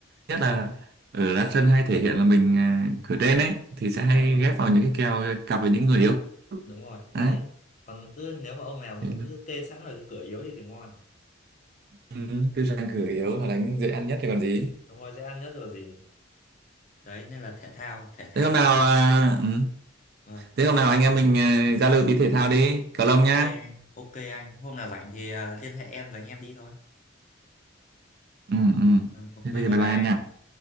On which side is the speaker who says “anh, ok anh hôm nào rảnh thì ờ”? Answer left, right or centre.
Left